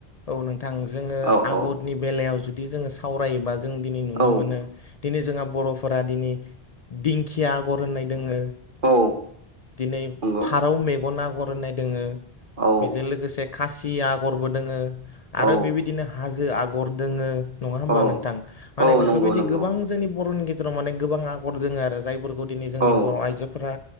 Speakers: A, on the left (about 45°); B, on the right (about 55°).
A: औ नोंथां जोङो
B: औ
A: आगरनि
B: औ
A: बेलायाव जुदि जोङो सावरायोबा जों दिनै नुनो
B: औ
A: मोनो। दिनै जोंहा बर'फोरा दिनै दिंखिया आगर होननाय दोङो।
B: औ
A: दिनै
B: नंगौ
A: फारौ मेगन आगर होननाय दङो
B: औ
A: बेजों लोगोसे खासि आगरबो दोङो आरो
B: औ
A: बेबायदिनो हाजो आगर दोङो नङा होमबा
B: औ
A: नोंथां माने
B: औ
A: बेफोरबायदि
B: नंगौ नंगौ
A: गोबां जोंनि बर'नि गेजेराव माने गोबां आगर दोङ आरो जाय फोर दिनै जोंनि
B: औ
A: बर' आइजोफोरा